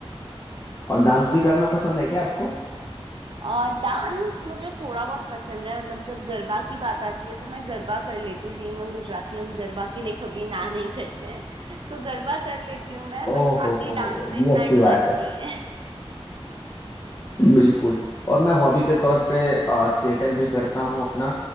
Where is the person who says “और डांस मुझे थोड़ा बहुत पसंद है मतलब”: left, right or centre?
Right